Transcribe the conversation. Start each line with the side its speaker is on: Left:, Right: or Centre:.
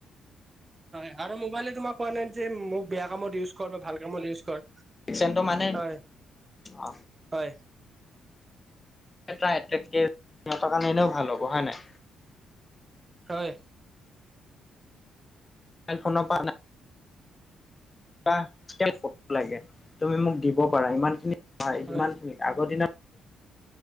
Right: হয় আৰু মোবাইলে তোমাক কোৱা নাই যে মোক বেয়া কামত ইউজ কৰ বা ভাল কামত ইউজ কৰ
Left: চেনটো মানে
Right: হয়
Left: অ
Right: হয়
Left: <unintelligible> ভাল হ'ব হয় নাই?
Right: হয়।
Left: মাবইল ফন পা নে আ এতিয়াই ফটো লাগে, তুমি মোক দিব পাৰা ইমান খিনি সহায়
Right: হয়
Left: ইমান খিনি আগৰ দিনত